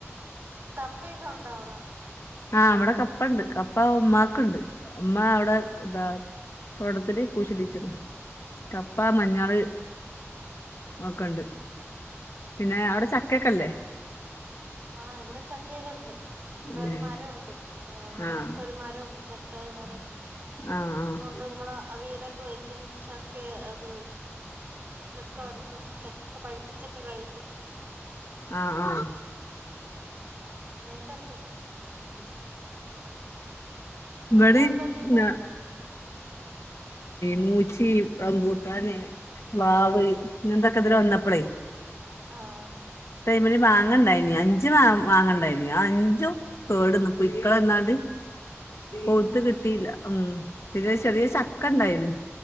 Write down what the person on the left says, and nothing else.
ആഹ് ഇവടെ കപ്പ ണ്ട്. കപ്പ ഇമ്മാക്ക്ണ്ട്. ഇമ്മ അവിടെ
ഇതാ തോട്ടത്തില് കുഴിച്ചിടീച്ചത്. കപ്പാ,
മഞ്ഞള്
ക്കണ്ട്. പിന്നെ അവിടെ ചക്കക്കില്ലേ?
ഉം
ആഹ്
ആഹ് ആഹ്
ആ ആ
ഉം ഇബടെ
<unintelligible> മൂച്ചി റമ്പൂട്ടാന് വാവ് ഇങ്ങനന്തൊക്കെ ഇതില വന്നപ്പളേ,
ഒര് മാങ്ങാണ്ടായിനി അഞ്ചു മാ മാങ്ങണ്ടായിനി ആ അഞ്ചും കേടന്ന് പുഴുക്കൾ വന്നാണ്ട്, പൗത്തു
കിട്ടിയില്ല ഉം പിന്നെ ചെറിയ ചക്ക ഇണ്ടായിന്